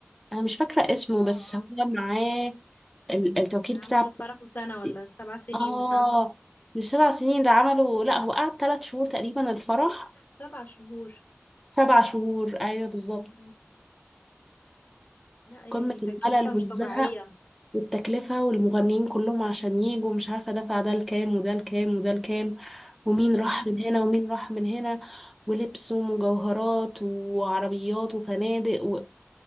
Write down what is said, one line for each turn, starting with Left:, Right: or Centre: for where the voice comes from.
Centre: انا مش فاكره اسمه
Left: اه
Centre: بس هو
Left: اه
Centre: معاه ال- التوكيل بتاع
Left: عمل
Centre: برنس.
Left: فرحه سنة ولا سبع سنين
Centre: اه
Left: مش عارفة
Centre: مش سبع سنين ده عمله لا هو قعد ثلاث شهور تقريبا الفرح
Left: لا سبع شهور
Centre: سبع شهور ايوه بالظبط
Left: مم. لا يعني
Centre: قمه
Left: تكلفة
Centre: الملل
Left: مش
Centre: والزهق
Left: طبيعية
Centre: والتكلفه والمغنيين كلهم عشان يجوا مش عارفه دفع ده الكام وده الكام وده الكام ومين
Left: مم.
Centre: راح من هنا ومين راح من هنا ولبس ومجوهرات وعربيات وفنادق